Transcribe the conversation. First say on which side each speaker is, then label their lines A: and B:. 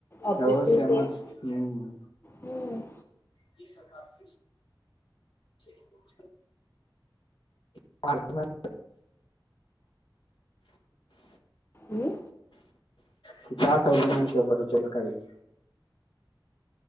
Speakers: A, on the left (about 30°); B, on the left (about 75°).
A: ऑब्जेक्टिव्ह
B: हो सेमच
A: सेम
B: हम्म.
A: हम्म.
B: ते. <inaudible> <inaudible> म. <inaudible>
A: हम्म
B: तिथे आठवलं नाही ते परतेच काही. <inaudible>